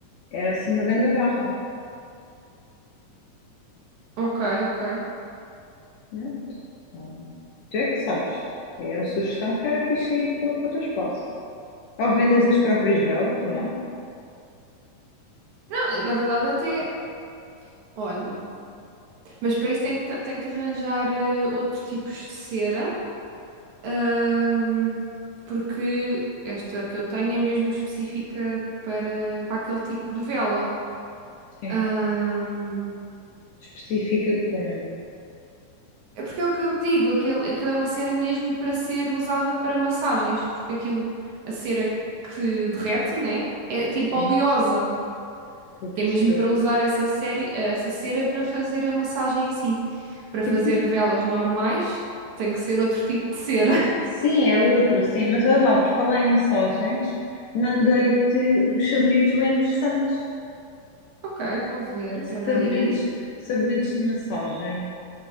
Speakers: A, on the left; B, on the right.
A: Era assim uma grande barra.
B: Ok, ok.
A: Pronto. Hum, Tu é que sabes. Era a sugestão que era fixe aí para, para o teu espaço. Ou vendes as próprias velas, não?
B: Não, na verdade até, olha, mas para isso tem que, tem que arranjar eh, outros tipos de cera, ahm, porque esta que eu tenho é mesmo específica para, para aquele tipo de vela.
A: Sim.
B: Ahm,
A: Especifica com
B: é porque é o que eu digo, aquilo, aquilo é uma cera mesmo para ser usada para massagens, porque aquilo, a cera que derrete, né? É tipo
A: Sim,
B: oleosa,
A: estou a perceber.
B: que é mesmo para usar essa, série, essa cera para fazer a massagem em si. Para
A: E
B: fazer
A: por...
B: velas normais, tem que ser outro tipo de cera. <laughs>
A: Sim, é outra, sim. Mas olha lá, por falar em massagens, mandei-te uns sabonetes bem interessantes.
B: Ok, vou ver, espera
A: Sabonetes,
B: aí.
A: sabonetes de massagem.